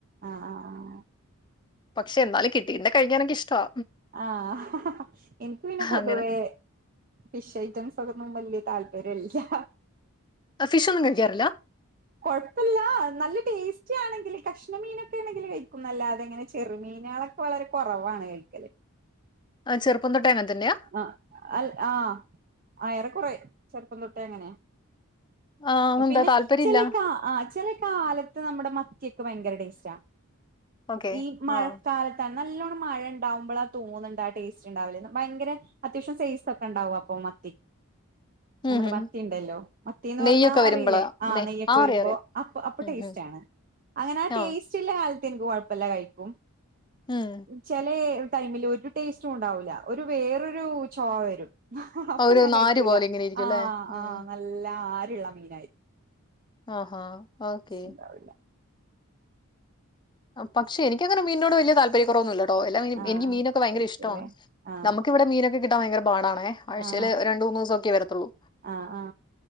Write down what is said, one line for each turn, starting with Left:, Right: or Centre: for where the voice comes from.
Right: ആഹ് ആഹ്
Left: പക്ഷേ എന്നാലും കിട്ടിണ്ടേ കഴിക്കാനേനിക്ക് ഇഷ്ടവാ
Right: ആഹ് എനിക്ക് പിന്നേ പൊതുവേ
Left: അങ്ങനെ
Right: ഫിഷ് ഐറ്റംസ് ഒക്കൊന്നും വല്യേ താല്പര്യംല്ല്യാ.
Left: ഫിഷ് ഒന്നും കഴിക്കാറില്ല
Right: കൊഴപ്പല്ല്യാ. നല്ല ടേസ്റ്റി ആണെങ്കില്, കഷ്ണമീനൊക്കെ ആണെങ്കിൽ കഴിക്കുംന്നല്ലാതെ ങ്ങനെ ചെറുമീനുകളൊ ക്കെ വളരെ കൊറവാണ് കഴിക്കല്
Left: ആഹ് ചെറുപ്പം തൊട്ടേ അങ്ങന തന്ന്യാ?
Right: ആഹ് അൽ ആഹ് ആഹ് ഏറക്കുറെ ചെ തൊട്ടേ അങ്ങനെ.
Left: ആഹ് എന്താ
Right: പിന്നെ
Left: താല്പര്യം
Right: ചെലേ
Left: ഇല്ല
Right: കാ ആഹ് ചെലേ കാലത് നമ്മടെ മത്തിക്കെ ഭയങ്കര ടേസ്റ്റാ.
Left: ഓക്കെ
Right: ഈ മഴക്കാല
Left: ആഹ്
Right: നല്ലോണ്ണം മഴ ഇണ്ടാവുംമ്പളാ തോന്നുണ്ട് ആ ടേസ്റ്റ് ഉണ്ടാവല്. ഭയങ്കര അത്യാവശ്യം സൈസ് ഒക്കെണ്ടാവും അപ്പോ മത്തി. നമ്മുടെ
Left: ഉം ഉം
Right: മത്തിണ്ടല്ലോ. മത്തിന്ന്
Left: നെയ്യൊക്കെ
Right: പറഞ്ഞാ
Left: വരുമ്പളാ
Right: അറിയില്ലേ? ആഹ്
Left: നെ
Right: നെയ്യൊക്കെ വരുമ്പോ.
Left: അറിയാം അറിയാം
Right: അപ്പ അപ്പോ
Left: ഉം
Right: ടേസ്റ്റ്
Left: ഉം
Right: ആണ്. അങ്ങനെ ആ ടേസ്
Left: ആഹ്
Right: റ്റ്ള്ള കാലത്ത് എനിക്ക് കൊഴപ്പല്ല. കഴിക്കും.
Left: ഉം
Right: ചെലേ ടൈമില് ഒരു ടേസ്റ്റും ഉണ്ടാവൂല്ല. ഒരു വേറൊരു ചൊവ വരും അപ്പോ
Left: ആ, ഒരു
Right: ഞാൻ
Left: നാര്
Right: കഴിക്കൂല.
Left: പോലെ ഇങ്ങനെ ഇരിക്കും
Right: ആഹ്
Left: അല്ലേ ഉം
Right: ആഹ് നല്ല ആരുള്ള മീനായി.
Left: ആഹാ. ഓക്കേ
Right: ഉണ്ടാവില്ല
Left: പക്ഷേ എനിക്ക് അങ്ങനെ മീനിനോട് വല്യ താല്പര്യ കൊറവൊന്നുമില്ലാ ഓഹ് എല്ലാ മീനും
Right: ആ
Left: എനിക്ക് മീനൊക്കെ ഭയങ്കര
Right: കഴിക്കൂല്ലേ
Left: ഇഷ്ടവാണ്.
Right: ആ
Left: നമുക്ക് ഇവടെ മീനൊക്കെ കിട്ടാൻ ഭയങ്കര പാടാണേ. ആഴ്ച്ചേല്
Right: ആ ആ
Left: രണ്ട് മൂന്ന് ദിവസൊക്കെ വരത്തുള്ളൂ.
Right: ആ ആ ആ